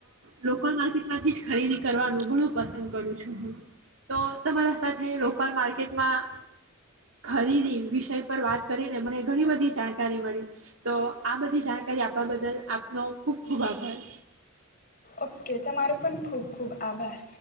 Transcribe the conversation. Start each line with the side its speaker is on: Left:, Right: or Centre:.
Right: લોકલ માર્કેટમાંથી જ ખરીદી કરવાનું ઘણું પસંદ કરું છું, હું તો, તમારા સાથે લોકલ માર્કેટમાં ખરીદી વિષય પર વાત કરીને મને ઘણી બધી જાણકારી મળી, તો આ બધી જાણકારી. આપવા બદલ આપનો ખુબ-ખુબ આભાર.
Left: ઓકે, તમારો પણ ખૂબ-ખૂબ આભાર.